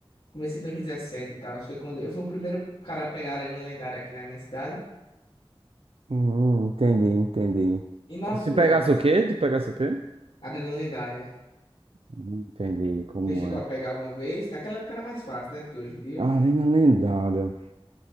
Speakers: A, on the left; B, on the right.
A: Comecei em 2017 e tal. Foi quando eu fui o primeiro cara a pegar a Arena Lendária aqui na minha cidade.
B: Hum, entendi, entendi.
A: E na sua,
B: Se pegasse
A: você-
B: o quê? Tu pegasse o quê?
A: Arena Lendária.
B: Hum, Entendi como
A: Você chegou
B: é.
A: a pegar alguma vez? Naquela época era mais fácil, né? Do que hoje em dia.
B: Arena lendária.